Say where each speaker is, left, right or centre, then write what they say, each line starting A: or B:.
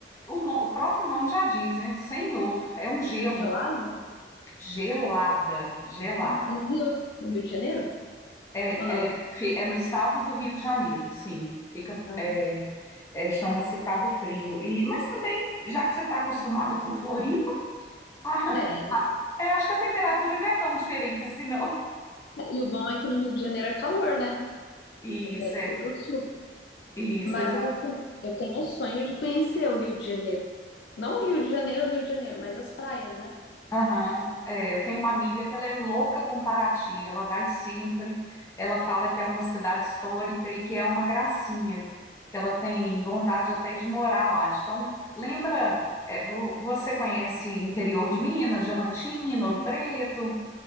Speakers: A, on the left; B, on the left.
A: o, no- o próprio nome já diz, né? Senhor, é um gelo.
B: Gelado?
A: Gelada, gelada.
B: É No Rio, no Rio de Janeiro?
A: É,
B: Ou não?
A: é, fi- é no estado do Rio de Janeiro, sim. Fica.
B: Ah,
A: é, É, chama-se Cabo Frio. E, mas também, já que você está acostumado com Floripa, <laughs> ah,
B: é.
A: é, acho que a temperatura não é tão diferente assim, não.
B: E o bom é que no Rio de Janeiro é calor, né?
A: Isso,
B: Diferente
A: é,
B: do Sul.
A: isso,
B: Mas
A: exato.
B: assim, eu tenho o sonho de conhecer o Rio de Janeiro. Não o Rio de Janeiro, o Rio de Janeiro, mas as praias, né?
A: Aham. É, eu tenho uma amiga que ela é louca com Paraty, ela vai sempre, ela fala que é uma cidade histórica e que é uma gracinha, que ela tem vontade até de morar lá. Então, lembra, é, vo- você conhece interior de Minas, Diamantina, Ouro Preto?